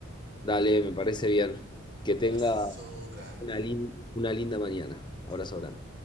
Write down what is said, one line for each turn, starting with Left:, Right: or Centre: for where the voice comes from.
Left: Dale, me parece bien. Que
Right: Abrazo
Left: tenga
Right: grande.
Left: una, lin- una linda mañana. Abrazo
Right: Igualmente.
Left: grande.